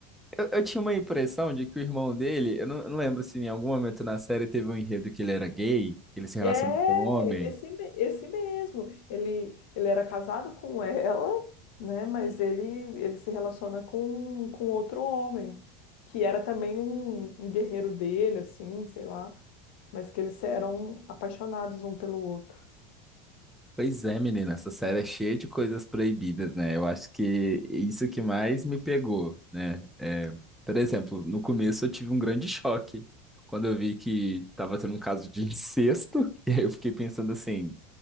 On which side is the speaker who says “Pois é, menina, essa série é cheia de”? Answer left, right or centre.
Centre